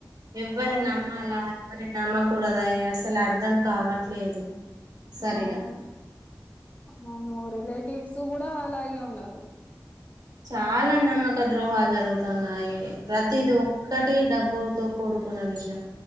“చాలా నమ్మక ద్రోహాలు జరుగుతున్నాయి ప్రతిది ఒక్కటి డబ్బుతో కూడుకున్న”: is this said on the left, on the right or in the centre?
Right